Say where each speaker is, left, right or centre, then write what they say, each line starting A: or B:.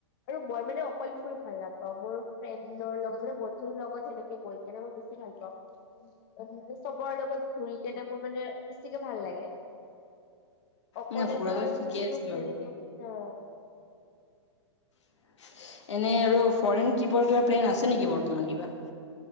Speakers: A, on the left; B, on the left.
A: আৰু মই মানে অকল ফুৰি ভাল না। মোৰ ফ্ৰেণ্ডৰ লগত মানে বন্ধুৰ লগত সেনেকে গৈ কেনে মই বেছি ভাল পাওঁ। মানে চবৰ লগত ঘূৰি কিনে মোৰ মানে বেছিকে ভাল লাগে। অকলেনো
B: ন ফুৰাটো
A: আৰু
B: ঠিকে
A: কিনো
B: আছে বাৰু
A: ঘূৰি দিম, অ।
B: <inaudible> এনে আৰু ফৰেন ট্ৰিপৰ কিবা প্লেন আছে নেকি বৰ্তমান কিবা?